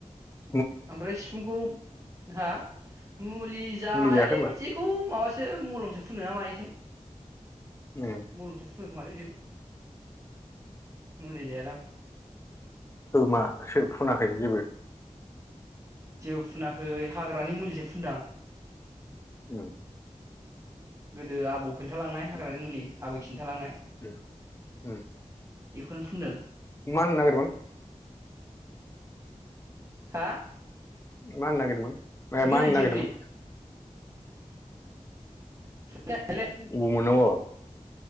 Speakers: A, on the left (about 20°); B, on the right (about 25°).
A: ओं
B: आमफ्राय सिफुंखौ हा? मुलि जायालै
A: मुलि जायाखै होनबा
B: बिदिखौ माबासोम दो मलमसो फुनो ना मायोथाय
A: उम
B: मुलसफु <unintelligible> मुलि जाया दां
A: खोमा सो फुनाखै जेबो
B: जेबु फुनाखै हाग्रानि मुलिसो फुनदो आं।
A: औ
B: गोदो आबौ खिन्थालांनाय हाग्रानि मुलि आबै खिन्थालांनाय।
A: उ उ
B: इखौनो फुनदों।
A: माहोननो नागिरदोमोन?
B: हा
A: मा होननायगिरदोमोन? फाय
B: थुरि
A: मा
B: हायनोसै
A: नागिरदोंमोन?
B: थुरि
A: ग मोननांग